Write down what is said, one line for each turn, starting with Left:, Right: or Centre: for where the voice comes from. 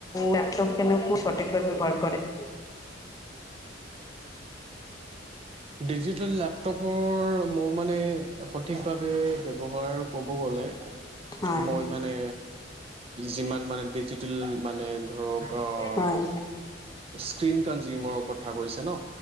Left: লেপটপ কেনে সঠিকভাৱে ব্যৱহাৰ কৰে। <unintelligible> <inaudible>
Right: ডিজিটেল লেপটপৰ মোৰ মানে সঠিকভাৱে ব্যৱহাৰ ক'ব গ'লে
Left: হয়
Right: মই মানে যিমান মানে ডিজিটেল মানে ধৰক আহ
Left: হয়
Right: স্ক্ৰীণ কনজিউমাৰৰ কথা কৈছে ন